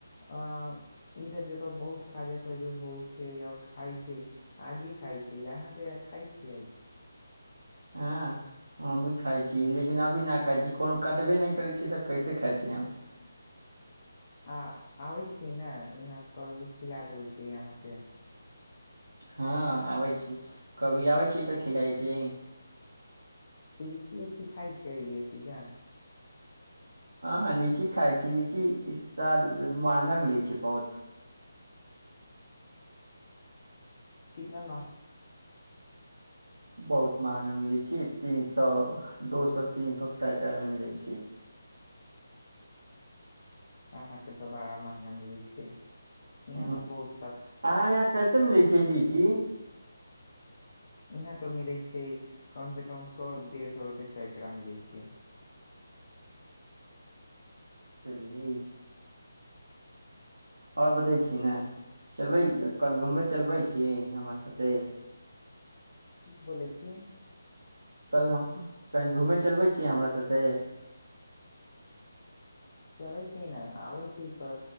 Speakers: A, on the left (about 45°); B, on the right (about 75°).
A: अ इधर तऽ बहुत खाजा खजूर होइ छै आ खाय छै आजी खाय छै अहाँके खाय छियै
B: हँ हम भी खाय छी लेकिन अभी ना खाय छी कोनो कटबे नहि करै छिय तऽ कैसे खाय छियै तऽ हम कैसे खाय छियै
A: आ आबै छी ने यहाँ क भी खिला देबै छी यहाँके
B: हँ आबै छी कभी आबै छी तऽ खिलाइ छी
A: लीची ऊची खाय छि ए सीजन
B: हँ लीची खाइ छी लीची इस साल महगा मिलै छै बहुत
A: कितना मह
B: बहुत महंगा मिलै छै तीन सौ दो सौ तीन सौ सैकड़ा मे मिलै छै
A: अहाँके तऽ बड़ा महंगा मिलै छै यहाँ
B: ह
A: बहुत सस्ता
B: अहाँ यहाँ कैसे मिलै छियै लीची
A: इहां तो मिलै छै कम से कम सौ डेढ़ सौ रूपे सैकरा मिलै छै
B: चलियै ओर बतै छी ने चलबै कल घूमे चलबै छि हमरा साथे
A: की बोले छिये
B: कल हम कही घूमय चलबै छियै हमरा साथे
A: चलै छी न आबै छी क